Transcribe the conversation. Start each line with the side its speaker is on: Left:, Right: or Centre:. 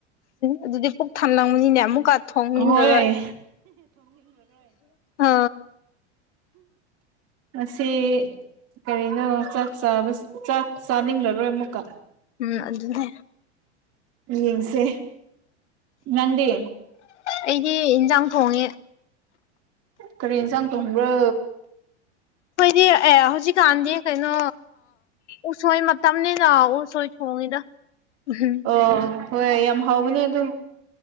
Left: ꯑꯗꯨꯗꯤ ꯊꯝꯂꯪꯕꯅꯤꯅꯦ ꯑꯃꯨꯛꯀ ꯊꯣꯡꯅꯤꯡꯉꯔꯣꯏ
Right: ꯍꯣꯏ
Left: ꯑ
Right: ꯑꯁꯤꯁꯦ ꯀꯔꯤꯅꯣ ꯆꯥꯛ ꯆ ꯆꯥꯛ ꯆꯥꯅꯤꯡꯂꯔꯣꯏ ꯑꯃꯨꯛꯀ
Left: ꯎꯝ ꯑꯗꯨ ꯑꯗꯨꯗ
Right: ꯌꯦꯡꯁꯦ ꯅꯪꯗꯤ
Left: ꯑꯩꯗꯤ ꯏꯟꯖꯥꯡ ꯊꯣꯡꯉꯦ
Right: ꯀꯔꯤ ꯌꯦꯟꯁꯥꯡ ꯇꯣꯡꯕ꯭ꯔꯣ
Left: ꯑꯩꯈꯣꯏꯗꯤ ꯑꯦ ꯍꯧꯖꯤꯛꯀꯥꯟꯗꯤ ꯀꯩꯅꯣ ꯎꯁꯣꯏ ꯇꯝꯅꯤ ꯂꯥꯛꯎ ꯁꯣꯏ ꯊꯣꯡꯉꯤꯗ ꯎꯝ
Right: ꯑꯣ ꯍꯣꯏ ꯌꯥꯝ ꯍꯥꯎꯕꯅꯦ ꯑꯗꯨꯝ